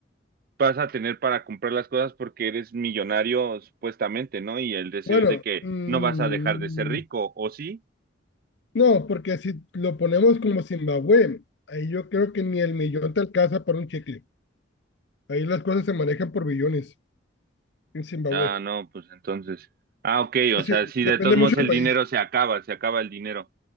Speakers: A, on the right; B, on the left.
A: vas a tener para comprar las cosas porque eres millonario supuestamente, ¿no? Y el deseo
B: Bueno,
A: es de que
B: mm,
A: no vas a dejar de ser rico, ¿o sí?
B: no, porque si lo ponemos como Zimbabue, ahí yo creo que ni el millón te alcanza para un chicle. Ahí las cosas se manejan por billones en Zimbabue.
A: Ah, no, pues entonces. Ah, ok,
B: Así,
A: o sea, sí,
B: depende
A: de todos modos
B: mucho
A: el
B: del país.
A: dinero se acaba, se acaba el dinero.